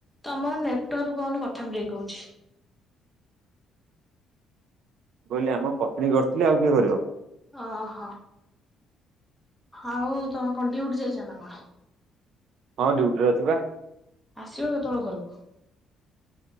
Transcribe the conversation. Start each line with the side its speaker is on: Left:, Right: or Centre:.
Centre: ତମର ନେଟୱାର୍କ ପାଉନି କଥା ବ୍ରେକ ହଉଛି।
Right: ମୁଁ କହିଲି ଆମ ପତ୍ନୀ କରିଥିଲେ ଆଉ କିଏ କରିବ?
Centre: ଓହୋ ଆଉ ତମେ କଣ ଡିଉଟି ଯାଇଛନା କଣ?
Right: ହଁ ଡ୍ୟୁଟିରେ ଅଛିବା।
Centre: ଆସିବ କେତେବେଳେ ଘରକୁ